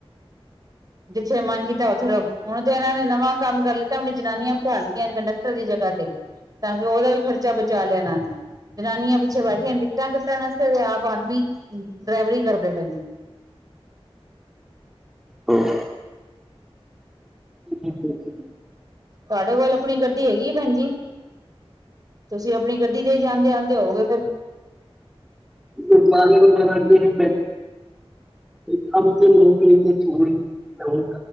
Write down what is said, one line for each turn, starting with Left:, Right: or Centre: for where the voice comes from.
Right: ਜਿੱਥੇ ਮਨ ਕੀਤਾ ਉਥੇਰੋ ਹੁਣ ਤੇ ਇਹਨਾਂ ਨੇ ਨਵਾਂ ਕੰਮ ਕਰ ਲਤਾ ਆਪਣੀ ਜਨਾਨੀਆਂ ਬਿਠਾ ਦਿੱਤੀਆਂ ਕੰਡਕਟਰ ਦੀ ਜਗ੍ਹਾ ਤੇ ਤਾਂ ਕਿ ਉਹਦਾ ਵੀ ਖਰਚਾ ਬਚਾ ਲਿਆ ਇਹ ਨੇ ਜਨਾਨੀਆਂ ਪਿੱਛੇ ਬੈਠੀਆਂ ਨੇ ਟਿਕਟਾਂ ਕੱਟਣ ਵਾਸਤੇ ਤੇ ਆਪ ਆਦਮੀ ਡਰਾਈਵਰੀ ਕਰਦੇ ਪਏ ਨੇ
Centre: ਹਮ ਅੱਛਾ ਅੱਛਾ
Right: ਤੁਹਾਡੇ ਕੋਲ ਆਪਣੀ ਗੱਡੀ ਹੈਗੀ ਭੈਣਜੀ ਤੁਸੀਂ ਆਪਣੀ ਗੱਡੀ ਤੇ ਜਾਂਦੇ ਆਦੇ ਹੋਗੇ ਫਿਰ
Centre: ਗੁਰਦੁਆਰੇ ਵਣ ਲੱਗੇੈਂ ਤੇ ਕੰਮ ਤੇ ਨੌਕਰੀ ਤੇ ਚ ਗੁਰਦੁਆਰੇ